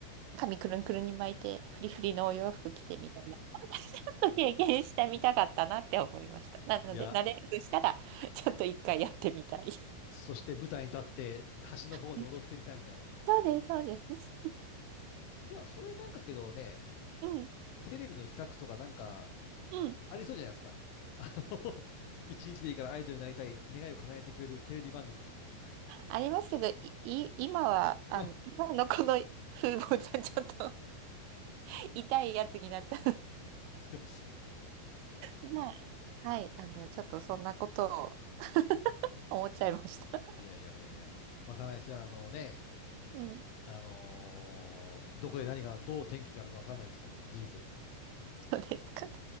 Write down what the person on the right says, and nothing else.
髪くるんくるんに巻いて、フリフリのお洋服着てみたいな、<laughs> ちょっと経験してみたかったなって思いました。なので、
慣れるとしたら、ちょっと一回やってみたい。
<laughs> そうです、そうです。
うん、
うん。
ありますけど、い、い、今は、
あの、今のこの風貌じゃちょっと痛いやつになっちゃ
う。<laughs> まあ、はい、あの、
ちょっとそんなことを <laughs> 思っちゃいました。
うん、
そうですかね。